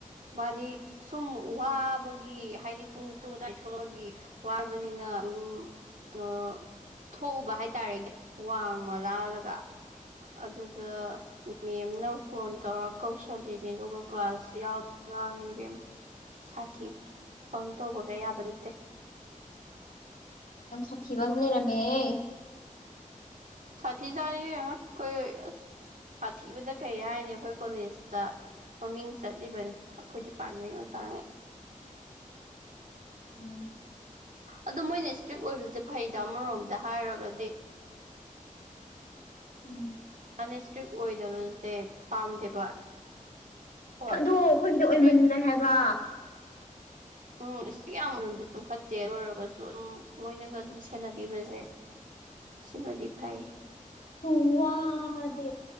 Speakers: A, on the right; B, on the left.
A: ꯃꯥꯗꯤ ꯁꯨꯝ ꯋꯥꯕꯒꯤ ꯍꯥꯏꯗꯤ ꯄꯨꯡ ꯇꯔꯨꯛ ꯑꯗꯨꯋꯥꯏ ꯊꯣꯛꯂꯛꯄꯒꯤ ꯋꯥꯔꯕꯅꯤꯅ ꯑꯗꯨꯝ ꯀꯩꯅꯣ ꯊꯣꯛꯎꯕ ꯍꯥꯏꯇꯥꯔꯦ ꯋꯥꯡꯃ ꯂꯥꯜꯂꯒ ꯑꯗꯨꯗ ꯃꯦꯝꯅ ꯐꯣꯟ ꯇꯧꯔ ꯀꯧꯁꯜꯂꯤꯅꯦ ꯑꯗꯨꯒ ꯀ꯭ꯂꯥꯁ ꯌꯥꯎꯗꯦꯅ ꯉꯥꯡꯉꯤꯅꯦ ꯏꯕꯦꯝꯃ ꯁꯥꯊꯤ ꯕꯪ ꯇꯧꯕꯒ ꯌꯥꯕ ꯅꯠꯇꯦ
B: ꯌꯥꯝ ꯁꯥꯊꯤꯕ ꯑꯃ ꯂꯩꯔꯝꯃꯦꯍꯦ
A: ꯁꯥꯊꯤꯖꯥꯠꯅꯤ ꯏꯕꯦꯝꯃ ꯈꯣꯢ ꯑꯁ ꯁꯥꯊꯤꯕꯗ ꯀꯩ ꯍꯥꯏꯅꯤ ꯑꯩꯈꯣꯏ ꯀꯣꯂꯦꯖꯇ ꯃꯃꯤꯡ ꯆꯠꯂꯤꯕꯅꯦ ꯑꯩꯈꯣꯏ ꯗꯤꯄꯥꯔꯠꯃꯦꯟ ꯑꯣꯖꯥ ꯑꯥꯢ
B: ꯎꯝ
A: ꯑꯗꯣ ꯃꯣꯏꯅ ꯏꯁꯇ꯭ꯔꯤꯛ ꯑꯣꯏꯕꯁꯦ ꯐꯩꯗ ꯑꯃꯔꯣꯝꯗ ꯍꯥꯏꯔꯒꯗꯤ
B: ꯎꯝ
A: ꯀꯟꯅ ꯁꯇ꯭ꯔꯤꯛ ꯑꯣꯏꯗꯕꯁꯦ ꯄꯥꯝꯗꯦꯕ ꯍꯣꯏ
B: ꯑꯗꯣ ꯑꯩꯈꯣꯏꯒꯤꯗꯣ
A: ꯏꯁꯇ꯭ꯔꯤꯛ
B: ꯑꯣꯏꯃꯟꯂꯦ ꯍꯥꯏꯕ
A: ꯎꯝ ꯁꯇ꯭ꯔꯤꯛ ꯌꯥꯝꯃꯟꯕꯁꯨ ꯐꯠꯇꯦ ꯑꯗꯨꯑꯣꯢꯔꯒꯁꯨ ꯃꯣꯏꯅꯒ ꯑꯗꯨꯝ ꯁꯦꯟꯅꯕꯤꯕꯁꯦ ꯁꯤꯃꯗꯤ ꯐꯩ
B: ꯍꯨ ꯋꯥꯗꯦ